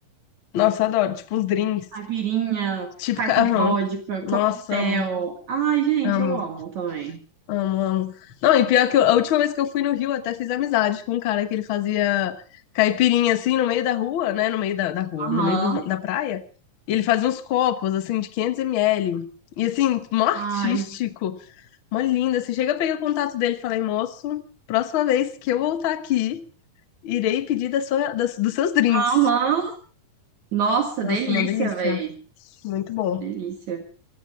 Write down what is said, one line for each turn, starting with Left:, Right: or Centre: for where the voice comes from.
Left: Nossa, eu adoro. Tipo, uns drinks.
Right: Caipirinha,
Left: Tipo,
Right: caipi
Left: ca- aham. Nossa,
Right: coquetel.
Left: amo,
Right: Ai, gente,
Left: amo,
Right: eu amo também.
Left: amo, amo. Não, e pior que eu- a última vez que eu fui no Rio, eu até fiz amizade com um cara que ele fazia caipirinha assim no meio da rua, né? No meio da, da rua,
Right: Aham.
Left: no meio do- da praia. E ele fazia uns copos assim de 500 ml. E assim, mó
Right: Ai.
Left: artístico, mó lindo. Assim, chega, eu peguei o contato dele e falei, moço, próxima vez que eu voltar aqui, irei pedir da sua, das- dos seus drinks.
Right: Aham. Nossa,
Left: Nossa,
Right: delícia,
Left: uma delícia.
Right: velho.
Left: Muito bom.
Right: Delícia.